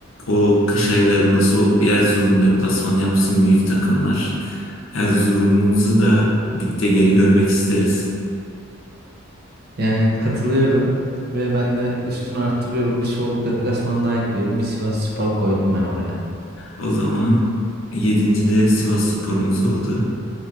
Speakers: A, on the left; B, on the right.
A: O kış aylarında soğuk bir Erzurum deplasmanı yapsın büyük takımlar. Erzurum'umuzu da ligde geri görmek isteriz.
B: Yani katılıyorum ve ben de üstünü arttırıyorum. Bir soğuk deplasman daha ekliyorum. Bir Sivasspor koydum ben oraya.
A: O zaman yedinci de Sivas sporumuz oldu.